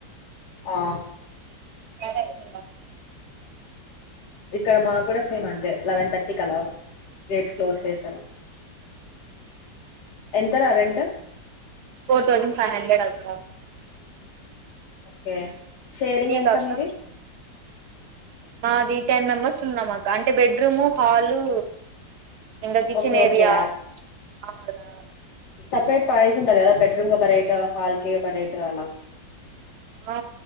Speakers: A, on the left; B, on the right.
A: ఆ
B: అడతే
A: ఇక్కడ మాక్ గుడా సేమ్ అంతే లెవెన్ థర్టీక్ అలా గేట్స్ క్లోజ్ చేస్తారు. ఎంత రా rent?
B: Four thousand five hundred అక్క
A: ఒకే షేరింగ్
B: మీకా
A: ఎంత
B: అక్క
A: మీది?
B: మాది టెన్ మెంబర్స్ ఉన్నమక్క అంటే బెడ్రూము, హాలు ఇంకా కిచెన్
A: ఓకే
B: ఏరియా
A: ఓకే
B: ఆ అలా
A: సెపరేట్ ప్రైజ్ ఉంటది కదా బెడ్‌రూమ్ ఒక రేట్ హాల్కి ఒక రేట్ అలా
B: ఆ